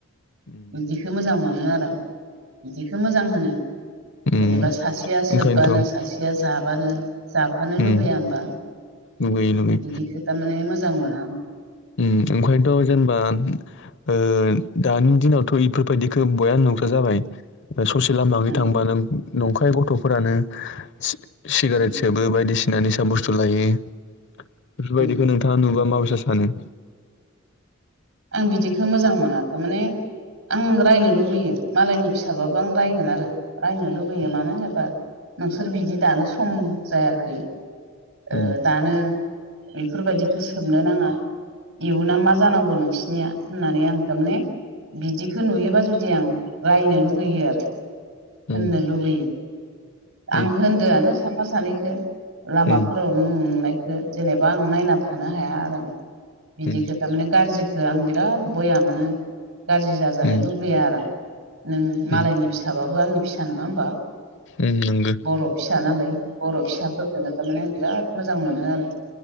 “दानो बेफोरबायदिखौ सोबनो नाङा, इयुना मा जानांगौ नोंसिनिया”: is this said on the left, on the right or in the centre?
Right